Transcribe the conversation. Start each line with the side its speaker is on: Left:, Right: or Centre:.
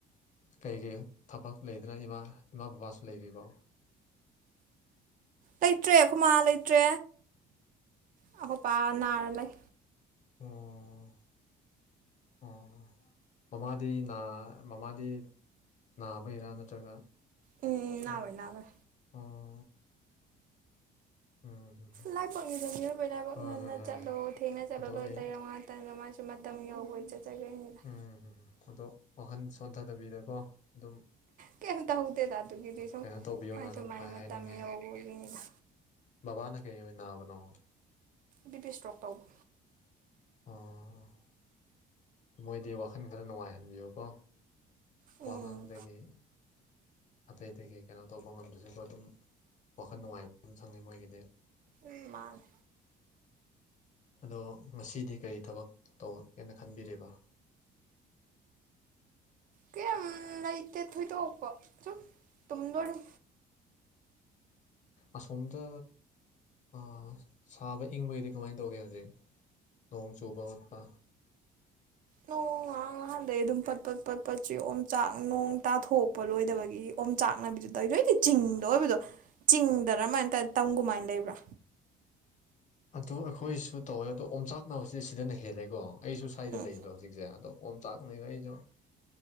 Left: ꯀꯩꯀꯩ ꯊꯕꯛ ꯂꯩꯗꯅ ꯏꯃꯥ ꯏꯃꯥ ꯕꯕꯥꯁꯨ ꯂꯩꯔꯤꯕꯣ
Right: ꯂꯩꯇ꯭ꯔꯦ ꯑꯩꯈꯣꯏ ꯃꯥ ꯂꯩꯇ꯭ꯔꯦ ꯑꯩꯈꯣꯏ ꯄꯥ ꯅꯥꯔ ꯂꯩ
Left: ꯎꯝ ꯑꯣ ꯃꯃꯥꯗꯤ ꯃꯃꯥꯗꯤ ꯅꯥꯕꯒꯤꯔꯥ ꯅꯠꯇ꯭ꯔꯒ
Right: ꯎꯝ
Left: ꯀꯣ
Right: ꯅꯥꯕꯩ ꯅꯥꯕꯩ
Left: ꯑꯣ ꯎꯝ ꯍꯝ
Right: ꯂꯥꯏꯕꯛꯅꯤꯕ ꯃꯤꯑꯣꯏꯕꯒꯤ ꯂꯥꯏꯕꯛ
Left: ꯍꯣꯏ
Right: ꯉꯟꯅ
Left: ꯍꯣꯏ ꯍꯣꯏ
Right: ꯆꯠꯂꯣ
Left: ꯍꯣꯏ
Right: ꯊꯦꯡꯅ ꯆꯠꯂꯣ
Left: ꯑꯗꯣ
Right: ꯂꯣꯏ
Left: ꯑꯩ
Right: ꯂꯩꯔꯃ ꯃꯇꯝꯅ ꯃꯥꯁꯨ ꯃꯇꯝ ꯌꯧꯕꯩ ꯆꯠꯆꯒꯔ꯭ꯤꯅꯤꯗ
Left: ꯎꯝ ꯑꯗꯣ ꯋꯥꯈꯜ ꯁꯣꯟꯊꯗꯕꯤꯗꯀꯣ ꯑꯗꯨꯝ
Right: ꯀꯩꯝ ꯇꯧꯗꯦꯗ ꯑꯗꯨꯒꯤꯗꯤ ꯁꯨꯝꯃꯥꯏ
Left: ꯀꯩꯅꯣ ꯇꯧꯕꯤꯌꯣꯅ
Right: ꯁꯨꯝ
Left: ꯑꯗꯨꯝ
Right: ꯃꯥꯏꯖꯨ
Left: ꯍꯥꯏ
Right: ꯃꯇꯝ
Left: ꯍꯥꯏꯅꯤꯡꯉꯦ
Right: ꯌꯧꯕꯒꯤꯅꯤꯗ
Left: ꯕꯕꯥꯅ ꯀꯩ ꯑꯣꯏꯅ ꯅꯥꯕꯅꯣ
Right: ꯕꯤ ꯄꯤ ꯏꯁꯇ꯭ꯔꯣꯛ ꯇꯧꯕ
Left: ꯑꯣ ꯃꯣꯏꯗꯤ ꯋꯥꯈꯜ ꯈꯔ ꯅꯨꯡꯉꯥꯏꯍꯟꯕꯤꯌꯨꯀꯣ
Right: ꯎꯝ
Left: ꯋꯥꯉꯥꯡꯗꯒꯤ ꯑꯇꯩꯗꯒꯤ ꯀꯩꯅꯣ ꯇꯧꯕ ꯉꯝꯗꯔꯁꯨ ꯑꯗꯨꯝ ꯋꯥꯈꯜ ꯅꯨꯡꯉꯥꯏ ꯍꯟꯕ ꯑꯗꯨꯝ ꯆꯪꯉꯤ ꯃꯣꯏꯒꯤꯗꯤ
Right: ꯎꯝ ꯃꯥꯅꯦ
Left: ꯑꯗꯣ ꯉꯁꯤꯗꯤ ꯀꯔꯤ ꯊꯕꯛ ꯇꯧꯒꯦꯅ ꯈꯟꯕꯤꯔꯦꯕ
Right: ꯀꯩꯝ ꯂꯩꯇꯦ ꯊꯣꯏꯗꯣꯛꯄ ꯁꯨꯝ ꯇꯨꯝꯗꯣꯏꯔ
Left: ꯑꯁꯣꯝꯗ ꯑꯥ ꯁꯥꯕ ꯏꯪꯕꯒꯤꯗꯤ ꯀꯃꯥꯏꯅ ꯇꯧꯒꯦ ꯍꯧꯖꯤꯛ ꯅꯣꯡ ꯆꯨꯕ ꯈꯣꯠꯄ
Right: ꯅꯣꯡ ꯉꯍꯥꯛ ꯅꯍꯥꯟꯗꯩ ꯑꯗꯨꯝ ꯄꯠ ꯄꯠ ꯆꯨꯏ ꯑꯣꯝ ꯆꯥꯛ ꯅꯣꯡ ꯇꯥꯊꯣꯛꯄ ꯂꯣꯏꯗꯕꯒꯤ ꯑꯣꯝ ꯆꯥꯛꯅꯕꯤꯗꯨ ꯇꯧꯗꯣꯏꯗꯤ ꯆꯤꯡꯗ ꯑꯣꯏꯕꯗꯣ ꯆꯤꯡꯗꯔꯃꯥꯏꯅ ꯇꯧꯔ ꯇꯝꯒꯃꯥꯏꯅ ꯂꯩꯕ꯭ꯔꯥ
Left: ꯑꯗꯣ ꯑꯩꯈꯣꯏꯁꯨ ꯇꯧꯋꯦ ꯑꯗꯣ ꯑꯣꯝꯆꯥꯛꯅꯕꯁꯦ ꯁꯤꯗꯅ ꯍꯦꯜꯂꯦꯀꯣ ꯑꯩꯁꯨ ꯁ꯭ꯋꯥꯏꯗ
Right: ꯎꯝ
Left: ꯂꯩꯌꯦꯕ ꯍꯧꯖꯤꯛꯁꯦ ꯑꯗꯣ ꯑꯣꯝꯆꯥꯛꯅꯩꯕ ꯑꯩꯗꯣ